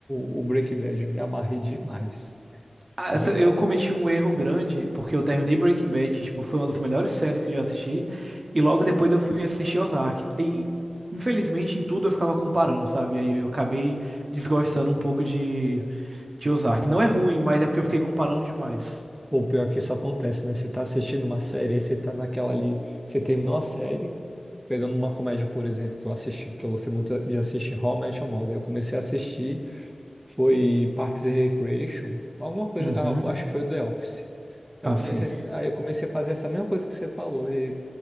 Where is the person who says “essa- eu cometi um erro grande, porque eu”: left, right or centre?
Right